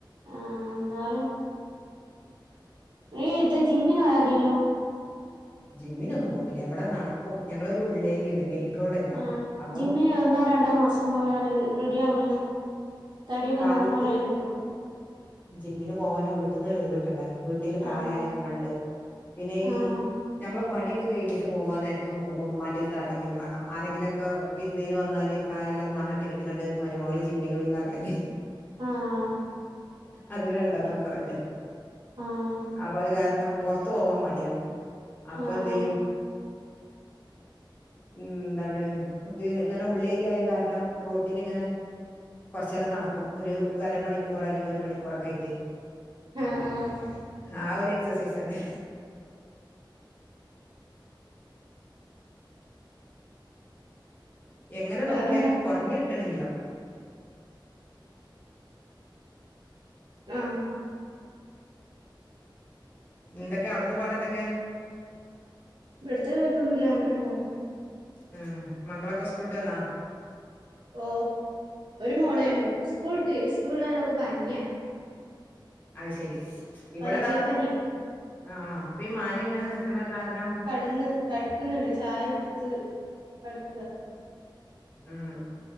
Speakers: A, on the right (about 60°); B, on the left (about 20°).
A: ആ ന്നാലും ഈ ഇത് ജിമ്മിന് പോയ മതീലോ
B: ജിമ്മിനൊന്നും പോക്കില്ലേ ഇവിടെ നടക്കും ഞങ്ങളൊരു ഉള്ളേരിയാണ് മെയിൻ റോഡല്ല
A: ആ
B: അപ്പൊ
A: ജിമ്മ്ന് ഒന്നോ രണ്ടോ മാസം പോയാൽ റെഡി ആകുവല്ലൊ തടിയൊക്കെ
B: കാലത്ത്
A: നോർമൽ ആയി കിട്ടും
B: ജിമ്മിന് പോവാനും വീട്ടന്നൊരു ഒഴിവ് ട്ടണ്ടേ വീട്ടില് പ്രായായ
A: ആഹ്
B: ഉമ്മ ണ്ട് പിന്നെ ഈ
A: ആഹ്
B: നമ്മള് പണിയൊക്കെ കഴിഞ്ഞിട്ട് പോവാൻ നേരത്ത് നോക്കുമ്പോ ഉമ്മാന്റെ അടുത്ത് ആരെങ്കിലും വേണം ആരെങ്കിലും ഒക്കെ വിരിന്നാര് വന്നാല് പ്രായള്ള ഉമ്മാനെ ഒറ്റക്കു ഇട്ട്ക്കാണ്ട് മരുമകള് ജിമ്മിന് പോയി ന്ന് റഞ്ഞാല്
A: ആഹ്‌
B: അത് രണ്ടാം നമ്പർ അല്ലേ
A: ആഹ്
B: അപ അതു കാരണം പുറത്ത് ത്ത് വാൻ മടിയാണ് അപ്പൊ
A: ആഹ്
B: എന്തു
A: ആഹ്
B: ചെയ്യും ഉം ന്താണ് ഇങ്ങനെ ഉള്ളേരിയായ കാരണം റോട്ടന് ഇങ്ങനെ കൊറച്ച നേരം നടക്കും ഒരു അരമണിക്കൂർ അല്ലെങ്കിൽ ഒരു മണിക്കൂറൊക്കെ ആയിട്ട്
A: ആഹ്‌ ആഹ്‌
B: ആ ഒരു എക്സസൈസ് അന്നെ എങ്ങനെ
A: വേറെന്താ
B: നോക്കിയാലും കുറഞ്ഞു കിട്ടണില്ല
A: ആഹ്‌
B: ന്തൊക്കെ അവിടത്തെ പാട് എന്തൊക്കെ
A: ഇവിടത്തെ കുഴപ്പൊന്നുല്ല അങ്ങനെ പോണ്
B: ആ മക്കളൊക്കെ സ്കൂളിട്ട്ന്നാ
A: ഓ ഒരു മോളെള്ളൂ സ്കൂൾ ഇട്ട് സ്കൂൾ ഇടാനോക്ക് പനിയ
B: അത് ശരി ഇവിടതാ
A: വൈറൽപ്പനിയാ
B: ആഹ ഇപ്പൊ ഈ മഴ ങ്ങനെ നിക്കണ കാരണം
A: കടന്ന് കടക്കുന്നുണ്ട് ചായ കൊടുത്ത് കട്ക
B: ഉം